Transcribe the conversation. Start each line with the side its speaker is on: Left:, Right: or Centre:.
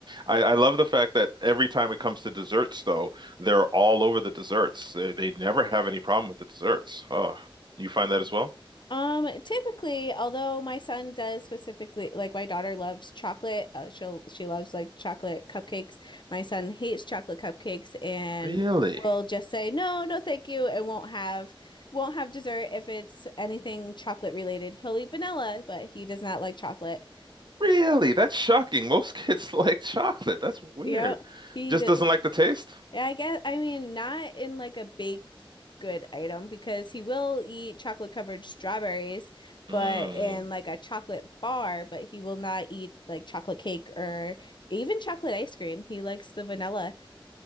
Right: I love the fact that every time it comes to desserts, though, they're all over the desserts. They, they never have any problem with the desserts. Oh, you find that as well?
Left: Um, typically, although my son does specifically like my daughter loves chocolate, uh, she'll she loves like chocolate cupcakes. My son hates chocolate cupcakes and
Right: Really?
Left: will just say no, no, thank you, and won't have won't have dessert if it's anything chocolate related. He'll eat vanilla, but he does not like chocolate.
Right: Really? That's shocking. Most kids <laughs> like chocolate. That's weird.
Left: Yeah, he
Right: Just
Left: does.
Right: doesn't like the taste?
Left: Yeah, I guess I mean not in like a baked good item because he will eat chocolate covered strawberries, but
Right: Mm.
Left: in like a chocolate bar, but he will not eat like chocolate cake or even chocolate ice cream. He likes the vanilla.